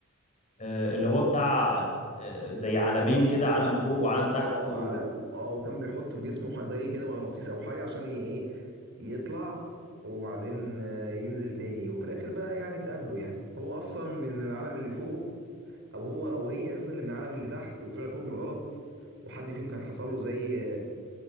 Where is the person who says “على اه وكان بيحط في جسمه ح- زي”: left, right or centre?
Right